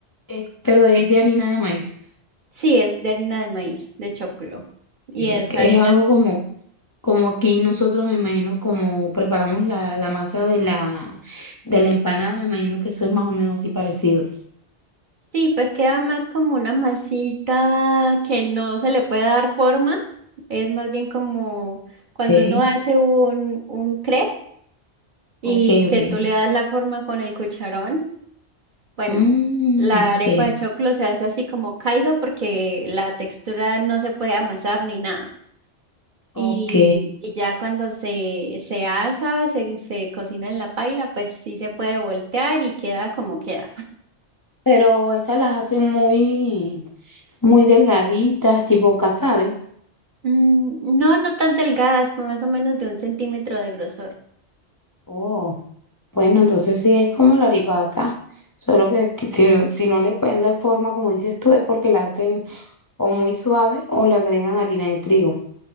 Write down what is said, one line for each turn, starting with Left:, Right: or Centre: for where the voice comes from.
Left: Eh, pero es de harina de maíz.
Right: Sí, es de harina de maíz, de choclo. Y
Left: que-
Right: es
Left: que
Right: harina.
Left: es algo como, como aquí nosotros, me imagino, como preparamos la, la masa de la, de la empanada, me imagino que eso es más o menos así parecido.
Right: Sí, pues queda más como una masita que no se le puede dar forma. Es más bien como cuando
Left: Ok,
Right: uno hace un, un crepe y
Left: ok, ok.
Right: que tú le das la forma con el cucharón. Bueno,
Left: Mm,
Right: la
Left: ok,
Right: arepa de choclo se hace así como caiga porque la textura no se puede amasar ni nada. Y,
Left: ok.
Right: y ya cuando se, se asa, se, se cocina en la paila, pues sí se puede voltear y queda como queda. <laughs>
Left: Pero esas las hacen muy, muy delgaditas, tipo casabe.
Right: Mm, no, no tan delgadas, pero más o menos de un centímetro de grosor.
Left: Oh, bueno, entonces sí es como la arepa de acá. Solo que, que si, si no le pueden dar forma, como dices tú, es porque la hacen o muy suave o le agregan harina de trigo.